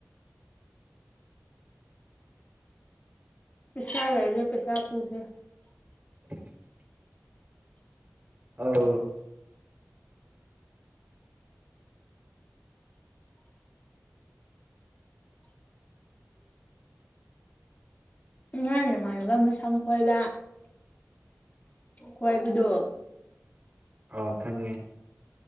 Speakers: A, on the left; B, on the right.
A: ꯄꯩꯁꯥ ꯂꯩꯔꯗꯤ ꯄꯩꯁꯥ ꯄꯨꯒꯦ
B: <inaudible> ꯑꯎ
A: ꯉꯥꯟꯅꯃꯥꯟꯅꯕ ꯃꯁꯝ ꯐꯣꯏꯕ ꯈꯣꯏꯕꯗꯨ
B: ꯑꯥꯎ ꯈꯪꯉꯦ